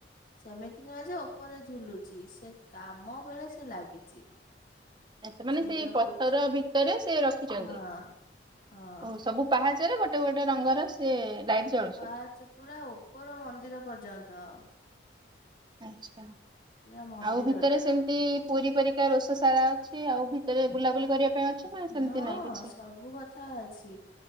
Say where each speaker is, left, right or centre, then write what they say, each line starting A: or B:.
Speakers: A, on the left; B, on the right.
A: ସେମିତି ନୁହେଁ ଏ ସେ ଉପରେ ଝୁଲୁଚି ସେ କାମ ବେଳେ ସେ ଲାଗିଛି।
B: ଆଚ୍ଛା ମାନେ
A: ସେଇଟା
B: ସେଇ
A: ବହୁତ
B: ପଥର ଭିତରେ ସେ ର ରଖୁଛନ୍ତି
A: ହଁ ହଁ।
B: ଓହୋ ସବୁ ପା ପାହାଚରେ ଗୋଟେ ଗୋଟେ ରଙ୍ଗର ସେ ଲାଇଟ୍ ଜଳୁଛି।
A: ପାହାଚ ପୁରା ଉପର ମନ୍ଦିର ପର୍ଯ୍ୟନ୍ତ।
B: ଆଚ୍ଛା।
A: ପୁରା ମନ୍ଦିର
B: ଆଉ ଭିତରେ
A: ଟା।
B: ସେମିତି ପୁରୀ ପରି ତା ରୋଷ ଶାଳା ଅଛି ଆଉ ଭିତରେ ବୁଲାବୁଲି କରିବା ପାଇଁ ଅଛି ନା ସେମିତି
A: ହଁ
B: ନାଇଁ କିଛି?
A: ସବୁ କଥା ଅଛି